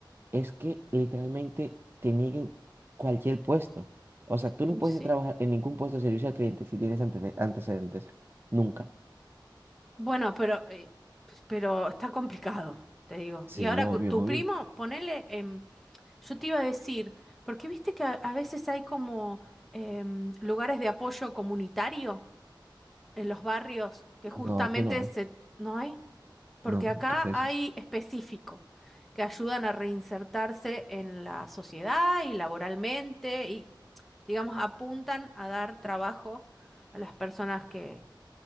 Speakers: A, on the right; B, in the centre.
A: es que literalmente te nieguen cualquier puesto. O sea, tú no
B: Y
A: puedes
B: Sí.
A: trabajar en ningún puesto de servicio al cliente si tienes antece- antecedentes. Nunca.
B: Bueno, pero, eh, pues, pero está complicado, te digo.
A: Sí,
B: Y ahora
A: obvio,
B: con tu
A: obvio.
B: primo, ponele, em, yo te iba a decir, porque viste que a, a veces hay como em, lugares de apoyo comunitario en los barrios que justamente
A: No, aquí no hay.
B: se... ¿No hay? Porque
A: No,
B: acá
A: ¿qué es eso?
B: hay específico, que ayudan a reinsertarse en la sociedad y laboralmente y, digamos, apuntan a dar trabajo a las personas que,